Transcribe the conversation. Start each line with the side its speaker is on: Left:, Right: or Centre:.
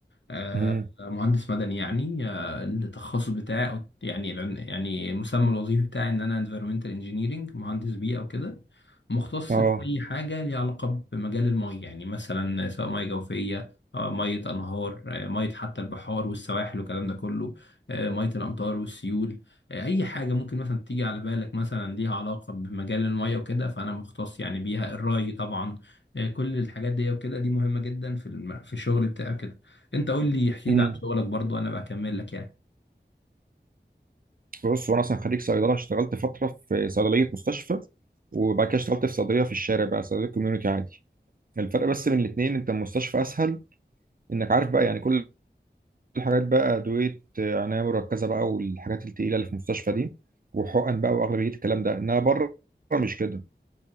Left: آه،
Right: امم
Left: مهندس مدني يعني آه، التخصص بتاعي أو يعني العن- يعني المسمى الوظيفي بتاعي إن أنا environmental engineering مهندس بيئة وكده مختص
Right: اه
Left: بأي حاجة ليها علاقة بمجال المية يعني مثلا سواء مية جوفية آه، مية أنهار آه، مية حتى البحار والسواحل والكلام ده كله آه، مية الأمطار والسيول آه، أي حاجة ممكن مثلا تيجي على بالك مثلا ليها علاقة بمجال المية وكده فأنا مختص يعني بيها الري طبعا آه، كل الحاجات دي وكده دي مهمة جدا في الم... في الشغل بتاعك انت قول لي احكي
Right: امم
Left: لي عن شغلك برضو انا بكمل لك يعني
Right: بص وانا اصلا خريج صيدله اشتغلت فتره في صيدليه مستشفى وبعد كده اشتغلت في صيدليه في الشارع بقى صيدليه كوميونتي عادي الفرق بس بين الاثنين انت المستشفى اسهل انك عارف بقى يعني كل الحاجات بقى ادويه آه، عنايه مركزه بقى والحاجات التقيله اللي في المستشفى دي وحقن بقى واغلبيه الكلام ده انها بره مش كده